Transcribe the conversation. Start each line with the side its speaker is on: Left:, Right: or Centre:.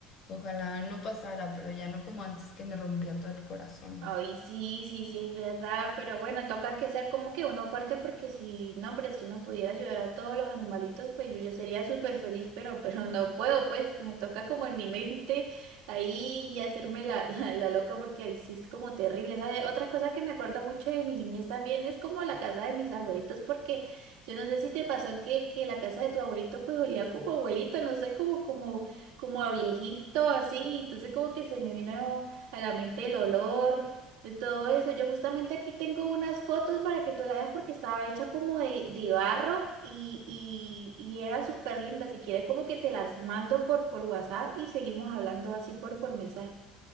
Left: Ojalá no pasara, pero ya no como antes que me rompía todo el corazón.
Right: Ay, sí, sí, sí, es verdad, pero bueno, toca que ser como que uno fuerte porque si, no, hombre, si uno pudiera ayudar a todos los animalitos, pues yo ya sería súper feliz, pero, <laughs> pero no puedo, pues me toca como en mi mente ahí y hacerme la, la, la loca porque ahí sí es como terrible, ¿sabes? Otra cosa que me acuerdo mucho de mi niñez también es como la casa de mis abuelitos, porque yo no sé si te pasó que, que la casa de tu abuelito pues olía como abuelito, no sé, como, como, como a viejito, así, entonces como que se me vino a la mente el olor, de todo eso. Yo justamente aquí tengo unas fotos para que tú la veas porque estaba hecha como de, de barro y, y, y era súper linda. Si quieres como que te las mando por, por WhatsApp y seguimos hablando así por, por mensaje.